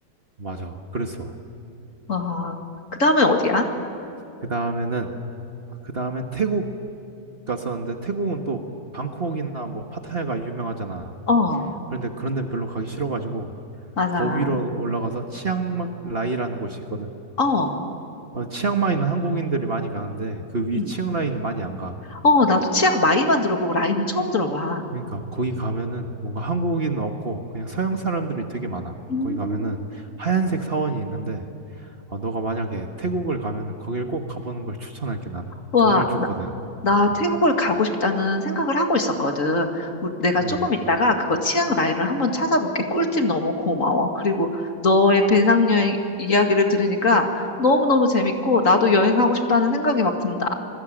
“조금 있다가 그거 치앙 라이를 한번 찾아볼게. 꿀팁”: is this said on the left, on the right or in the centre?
Left